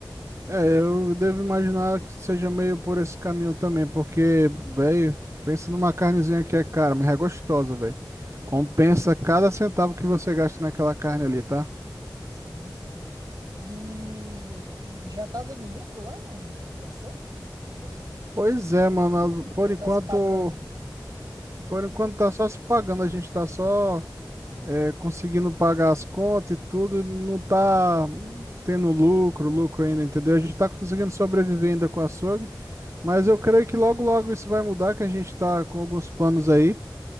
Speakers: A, on the right (about 40°); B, on the right (about 55°).
A: É, eu devo imaginar que seja meio por esse caminho também, porque, velho, pensa numa carnezinha que é cara, mas é gostosa, velho.
B: É,
A: Compensa cada centavo que você gasta naquela carne ali, tá?
B: sim, sim. E, e já tá dando lucro lá, mano? O açougue de vocês?
A: Pois é, mano, por
B: Ou
A: enquanto,
B: tá se pagando?
A: por enquanto tá só se pagando, a gente tá só é, conseguindo pagar as contas e tudo, não tá tendo lucro, lucro ainda, entendeu? A gente tá conseguindo sobreviver ainda com o açougue, mas eu creio que logo, logo isso vai mudar, que a gente tá com alguns planos aí.